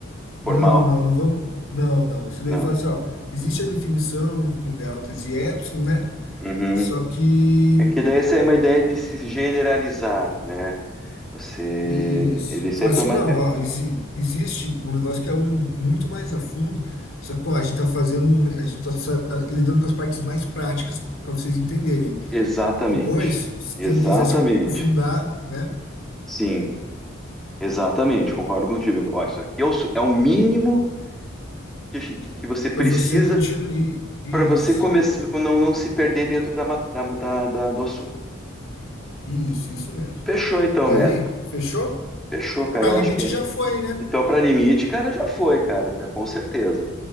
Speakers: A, on the left; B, in the centre.
A: Não,
B: formal,
A: não, não vamos. Não, não. Você
B: não.
A: deve falar assim, ó, existe a definição com deltas e epsilon, né?
B: Uhum.
A: Só que
B: É que daí essa é uma ideia de se generalizar, né? Você,
A: Isso.
B: ele isso
A: Fala
B: é para
A: assim,
B: mater...
A: não, ó, exi- existe um negócio que é um muito mais a fundo, só que, ó, a gente tá fazendo, um- a gente tá sa- lidando com as partes mais práticas para vocês entenderem.
B: Exatamente,
A: Depois, se
B: exatamente,
A: quem quiser se aprofundar, né,
B: sim, exatamente, concordo contigo. Ó, isso aqui é o, su- é o mínimo que, a gente- que que você precisa
A: para você continuar. Isso,
B: para você começar, não, não se perder dentro da, ma- da- da- da- do assunto.
A: isso, isso mesmo.
B: Fechou então,
A: Daí,
B: mano.
A: fechou?
B: Fechou, cara.
A: Para
B: Eu
A: limite
B: acho que é.
A: já foi, né?
B: Então, para limite, cara, já foi, cara, tá- com certeza.